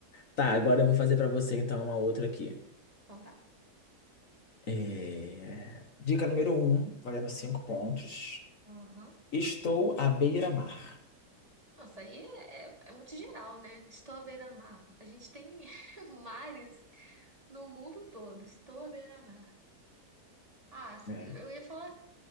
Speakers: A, on the left; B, on the right.
A: Tá, agora eu vou fazer pra você então uma outra aqui.
B: Então tá.
A: É, Dica número um, valendo 5 pontos.
B: Aham.
A: Estou à beira-mar.
B: Nossa, aí é, é, é muito geral, né? Estou à beira-mar. A gente tem <laughs> mares no mundo todo. Estou à beira-mar. Ah,
A: É.
B: eu ia falar